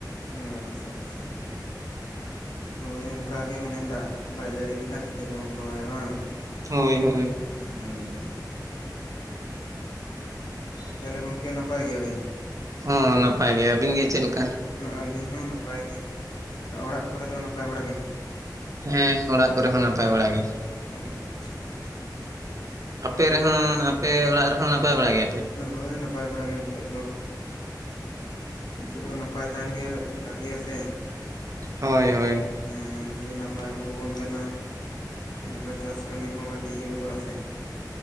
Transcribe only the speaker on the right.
ᱦᱳᱭ ᱦᱳᱭ
ᱦᱚᱸ ᱱᱟᱯᱟᱭ ᱜᱮ ᱟᱹᱵᱤᱱ ᱜᱮ ᱪᱮᱫ ᱞᱮᱠᱟ
ᱦᱮᱸ ᱚᱲᱟᱜ ᱠᱚᱨᱮ ᱦᱚᱸ ᱱᱟᱯᱟᱭ ᱵᱟᱲᱟ ᱜᱮ
ᱟᱯᱮ ᱨᱮᱦᱚᱸ ᱟᱯᱮ ᱚᱲᱟᱜ ᱨᱮᱦᱚᱸ ᱱᱟᱯᱟᱭ ᱵᱟᱲᱟ ᱜᱮᱭᱟ ᱯᱮ
ᱦᱳᱭ ᱦᱳᱭ᱾